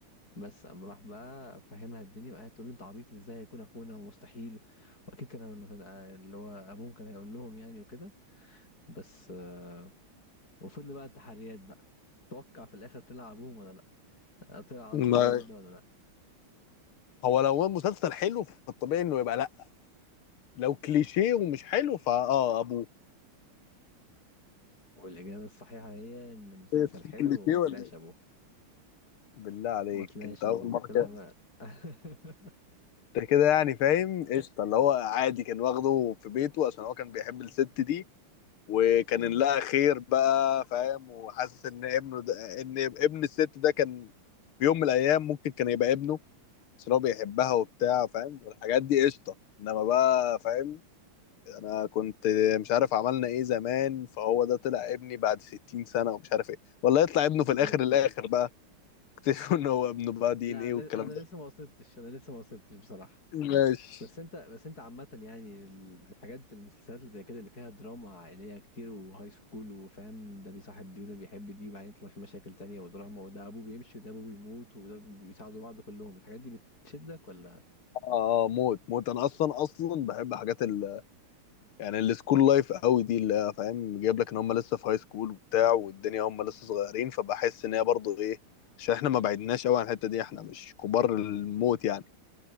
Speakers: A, on the left (about 45°); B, on the left (about 80°).
A: بس قام راح بقى فهمها الدنيا وقعدت تقول له انت عبيط ازاي يكون اخونا ومستحيل واكيد كان كان- اللي هو ابوهم كان هيقول لهم يعني وكده بس آه، وفضلوا بقى التحريات بقى توقع في الاخر طلع ابوهم ولا لا آه، طلع
B: ما
A: قصدي ابو الواد ده ولا لا
B: هو لو هو مسلسل حلو فالطبيعي انه يبقى لا لو كليشيه ومش حلو فاه ابوه
A: والاجابه الصحيحه هي ان المسلسل
B: إيه،
A: حلو
B: كليشيه
A: وما
B: ولا
A: طلعش
B: إيه؟
A: ابوه
B: بالله عليك
A: ما طلعش
B: انت اول
A: ابوه
B: مره
A: طلع
B: كده
A: بقى <laughs>
B: ده كده يعني فاهم قشطه اللي هو عادي كان واخده في بيته عشان هو كان بيحب الست دي وكان إن لها خير بقى فاهم وحاسس ان ابنه ده ان ابن الست ده كان في يوم من الايام ممكن كان يبقى ابنه بس هو بيحبها وبتاع فاهم والحاجات دي قشطه انما بقى فاهم انا كنت مش عارف عملنا ايه زمان فهو ده طلع ابني بعد 60 سنه ومش عارف ايه ولا يطلع ابنه
A: بالظبط
B: في الاخر الاخر بقى <laughs> اكتشفوا ان هو ابنه بقى دي
A: لا
B: ان ايه
A: انا
B: والكلام
A: لس- أنا
B: ده
A: لسه ما وصلتش انا لسه ما وصلتش بصراحه
B: ماشي
A: بس انت بس انت عامة يعني ال- الحاجات المسلسلات اللي زي كده اللي فيها دراما عائلية كتير وهاي سكول وفاهم ده بيصاحب دي وده بيحب دي وبعدين يطلع في مشاكل تانية ودراما وده ابوه بيمشي وده ابوه بيموت وده بيساعدوا بعض كلهم الحاجات دي بتشدك ولا
B: اه اه موت موت انا اصلا اصلا بحب حاجات ال يعني السكول لايف قوي دي اللي هي، فاهم جايب لك ان هم لسه في هاي سكول وبتاع والدنيا هم لسه صغيرين فبحس ان هي برضه ايه عشان احنا ما بعدناش قوي عن الحته دي احنا مش كبار الموت يعني